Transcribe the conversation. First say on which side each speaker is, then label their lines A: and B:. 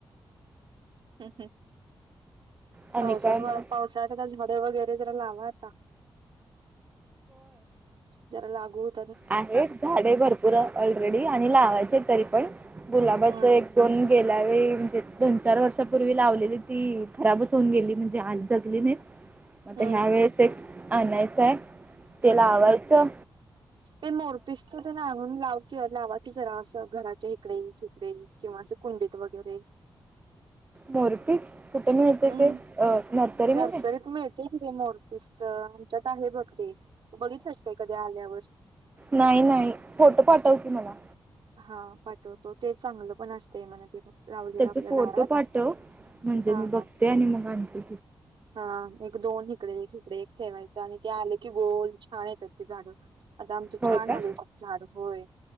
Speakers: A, on the right; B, on the right.
A: ह ह
B: आणि
A: पावसात
B: काय मग
A: <inaudible> पावसाळ्यात आता झाडे वगैरे जरा लावा आता. जरा लागू होतील.
B: आहे झाडे भरपूर ऑलरेडी आणि लावायचे आहेत. तरी पण गुलाबाच
A: हम्म
B: एक दोन गेल्यावेळी. वेळी म्हणजे दोन चार वर्षापूर्वी लावलेली ती खराबच होऊन गेली म्हणजे आली जगली नाहीत. म आता
A: हम्म
B: ह्या वेळेस एक आणायचं आहे ते
A: हम्म
B: आवायचं
A: ते मोरपीसच ते आणून लाव की लावा की जरा असं घराच्या इिकडे तिकडे किंवा असं कुंडीत वगैरे
B: मोरपीस कुठे मिळते
A: हम्म
B: ते अ नर्सरीमध्ये
A: नर्सरीत मिळते कि मोरपीसच च्यात आहे बघ ते तू बघितलास का कधी आल्यावर
B: नाही नाही फोटो पाठव की मला
A: हा पाठवतो ते चांगलं पण असते म्हना ते लावलेलं
B: त्याचे
A: आपल्या
B: फोटो
A: दारात
B: पाठव म्हणजे
A: हा
B: मी बघते
A: हा
B: आणि मग आणते
A: हा एक दोन ह इकडे इकडे एक ठेवायचं आणि ते आले की गोल छान येतात ते झाडं आता आमचे
B: होय
A: छान
B: का
A: आले झाड होय